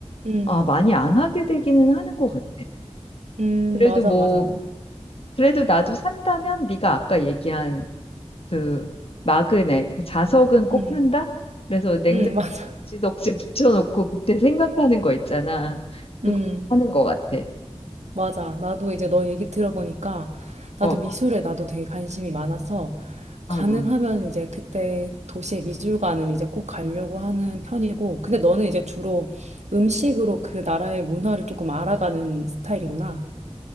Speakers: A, on the right; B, on the left.
A: 음,
B: 아, 많이 안 하게 되기는 하는 것 같아.
A: 음,
B: 그래도
A: 맞아,
B: 뭐,
A: 맞아. 나-
B: 그래도 나도 산다면 네가 아까 얘기한 그 마그넷, 그 자석은 꼭
A: 음,
B: 산다? 그래서 냉장고지
A: 음, <laughs> 맞아.
B: 덕지 <laughs> 붙여놓고 그때 생각하는 거 있잖아. 그거
A: 음,
B: 하는 것 같아.
A: 맞아. 나도 이제 너 얘기 들어보니까 나도
B: 어, 어,
A: 미술에 나도 되게 관심이 많아서
B: 어,
A: 가능하면
B: 어.
A: 이제 그때 도시의 미술관은 이제 꼭 가려고 하는 편이고 근데 너는 이제 주로 음식으로 그 나라의 문화를 조금 알아가는 스타일이구나.